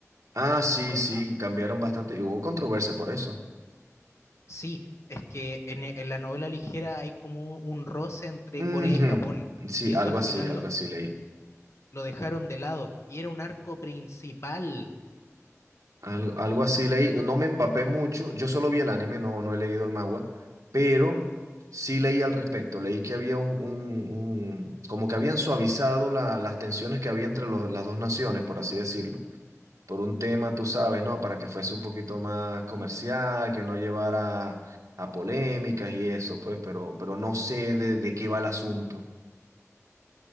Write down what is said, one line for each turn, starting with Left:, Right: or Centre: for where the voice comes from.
Right: Ah, sí,
Left: Ah,
Right: sí,
Left: ah,
Right: cambiaron bastante. Y hubo controversia por eso.
Left: Sí, es que en, e- en la novela ligera hay como un roce entre
Right: Ujú.
Left: Corea y Japón.
Right: Sí,
Left: Y
Right: algo
Left: eso al final
Right: así, algo
Left: lo,
Right: así leí.
Left: lo dejaron de lado. Y era un arco principal.
Right: Algo, algo así leí, no me empapé mucho, yo solo vi el anime, no, no he leído el manga, pero sí leí al respecto, leí que había un, un- un- como que habían suavizado la- las tensiones que había entre los- las dos naciones, por así decirlo, por un tema, tú sabes, ¿no? Para que fuese un poquito más comercial, que no llevara a polémicas y eso, pues, pero, pero no sé de, de qué va el asunto.